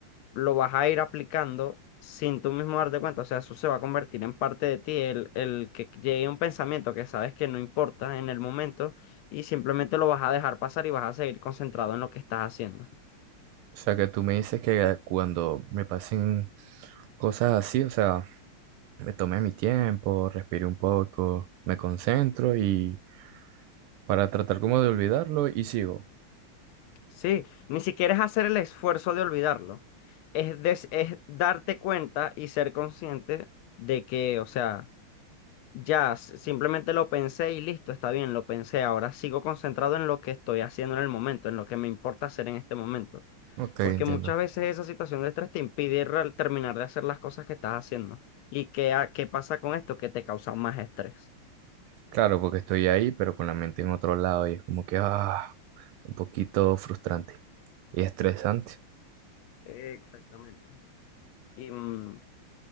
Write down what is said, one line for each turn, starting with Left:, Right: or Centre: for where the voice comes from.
Left: lo vas a ir aplicando sin tú mismo darte cuenta. O sea, eso se va a convertir en parte de ti, el, el que llegue un pensamiento que sabes que no importa en el momento y simplemente lo vas a dejar pasar y vas a seguir concentrado en lo que estás haciendo.
Right: O sea, que tú me dices que cuando me pasen cosas así, o sea, me tomé mi tiempo, respiré un poco, me concentro y para tratar como de olvidarlo y sigo.
Left: Sí, ni siquiera es hacer el esfuerzo de olvidarlo. Es, des- es darte cuenta y ser consciente de que, o sea, ya s- simplemente lo pensé y listo, está bien, lo pensé. Ahora sigo concentrado en lo que estoy haciendo en el momento, en lo que me importa hacer en este momento.
Right: Ok,
Left: Porque
Right: entiendo.
Left: muchas veces esa situación de estrés te impide real- terminar de hacer las cosas que estás haciendo. ¿Y qué, ha- qué pasa con esto? Que te causa más estrés.
Right: Claro, porque estoy ahí, pero con la mente en otro lado y es como que, ah, un poquito frustrante y estresante.
Left: Exactamente. Y, mm,